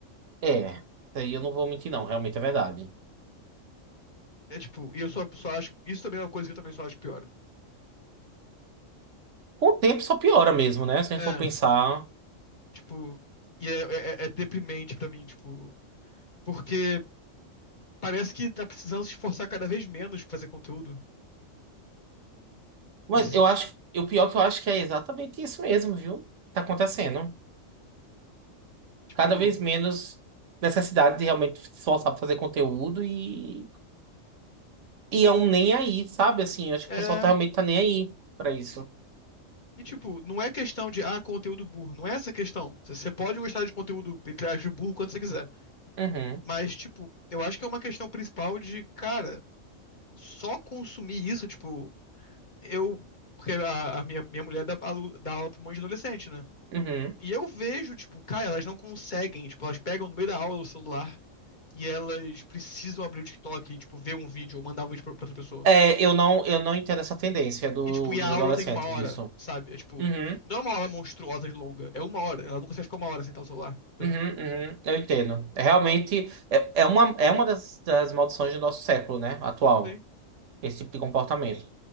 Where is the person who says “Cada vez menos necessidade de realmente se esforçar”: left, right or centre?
Right